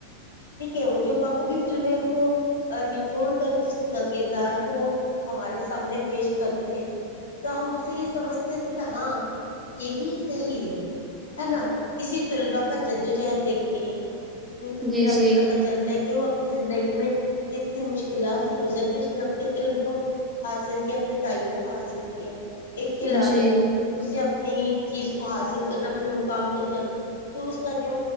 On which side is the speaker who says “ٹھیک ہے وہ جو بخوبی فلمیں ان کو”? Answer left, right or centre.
Left